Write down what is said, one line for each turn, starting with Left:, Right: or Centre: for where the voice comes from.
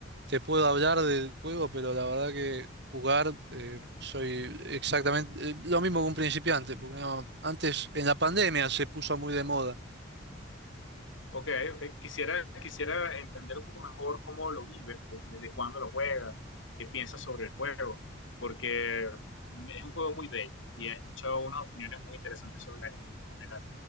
Right: te puedo hablar del juego, pero la verdad que jugar eh, soy exactamente eh, lo mismo que un principiante. Porque no, antes, en la pandemia, se puso muy de moda.
Left: ok, ok, quisiera, quisiera entender un poco mejor cómo lo vives, de- desde cuándo lo juegas, qué piensas sobre el juego, porque es un juego muy bello y he escuchado unas opiniones muy interesantes sobre el ajedrez.